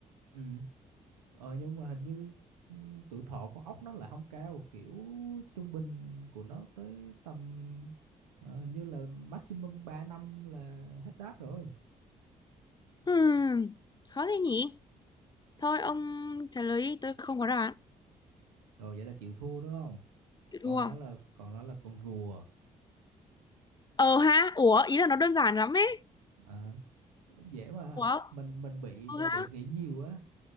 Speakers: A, on the right; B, on the left.
A: ừ ờ nhưng mà hình như ừ, tuổi thọ con ốc nó là không cao kiểu trung bình của nó tới tầm ờ, hình như là maximum 3 năm là hết đát rồi
B: Hmm, khó thế nhỉ? Thôi ông trả lời đi, tôi không có đáp án.
A: rồi vậy là chịu thua đúng không
B: Chịu
A: còn
B: thua.
A: đó là còn đó là con rùa
B: Ờ ha, ủa, ý là nó đơn giản lắm ấy.
A: Ờ, dễ mà
B: Ủa,
A: mình mình bị
B: ờ
A: mình bị
B: ha.
A: nghĩ nhiều á